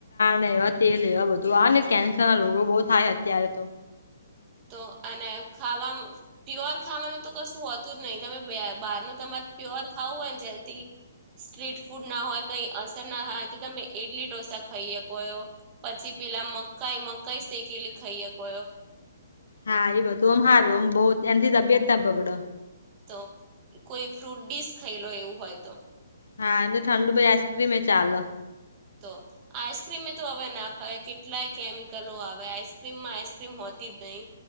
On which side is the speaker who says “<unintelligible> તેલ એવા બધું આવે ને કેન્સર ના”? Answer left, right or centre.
Left